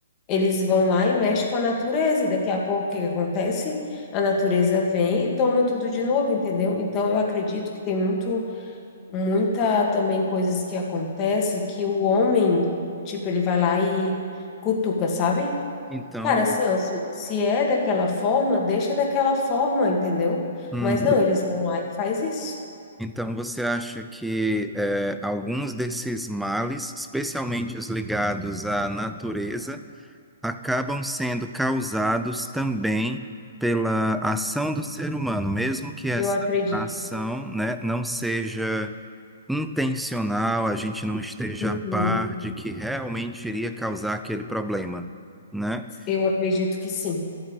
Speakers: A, on the left; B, in the centre.
A: Eles vão lá e mexem com a natureza, e daqui a pouco o que que acontece? A natureza vem e toma tudo de novo, entendeu? Então eu acredito que tem muito, muita também coisas que acontece que o homem, tipo, ele vai lá e cutuca, sabe?
B: Então,
A: Cara, assim, ó, se, se é daquela forma, deixa daquela forma, entendeu?
B: hum,
A: Mas não, eles vão lá e faz isso.
B: então você acha que é, alguns desses males, especialmente os ligados à natureza, acabam sendo causados também pela ação do ser humano, mesmo que essa
A: Eu acredito.
B: ação, né, não seja intencional, a gente não esteja
A: Uhum.
B: a par de que realmente iria causar aquele problema, né?
A: Eu acredito que sim.